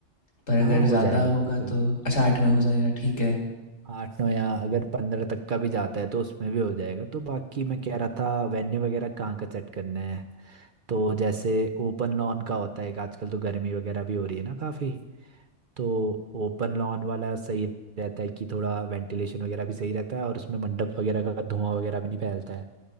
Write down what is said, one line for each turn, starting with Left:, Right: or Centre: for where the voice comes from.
Left: पर अगर
Right: हाँ हो
Left: ज़्यादा
Right: जाएगा
Left: होगा
Right: बिल्कुल
Left: तो अच्छा आठ में हो जाएगा ठीक है
Right: आठ नौ या अगर पंद्रह तक का भी जाता है तो उसमें भी हो जाएगा तो बाकी मैं कह रहा था वेन्यू वगैरह कहाँ का सेट करना है तो जैसे ओपन लॉन का होता है आजकल तो गर्मी वगैरह भी हो रही है ना काफ़ी तो ओपन लॉन वाला सही रहता है कि थोड़ा वेंटिलेशन वगैरह भी सही रहता है और उसमें मंडप वगैरह का धुआं वगैरह भी नहीं फैलता है